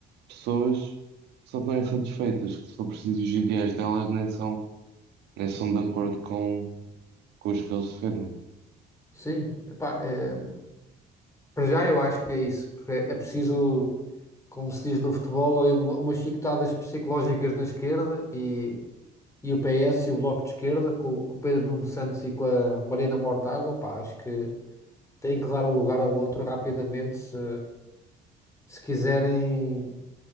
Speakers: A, on the right; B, on the left.
A: pessoas que só estão insatisfeitas, que se for preciso os ideais delas nem são, nem são de acordo com, com os que eles defendem.
B: Sim, epá, é, para já eu acho que é isso. porque É é preciso, como se diz no futebol, uma- umas chicotadas psicológicas na esquerda e, e o PS e o Bloco de Esquerda, com, com o Pedro Nuno Santos e com a Mariana Mortágua, pá, acho que têm que dar um lugar ao outro rapidamente se, se quiserem